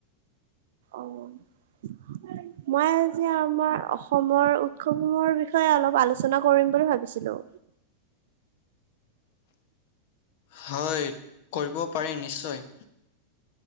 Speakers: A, on the right (about 55°); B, on the left (about 50°).
A: অ মই আজি আমাৰ অসমৰ উৎসৱসমূহৰ বিষয়ে অলপ আলোচনা কৰিম বুলি ভাবিছিলো
B: হয় কৰিব পাৰি নিশ্চয়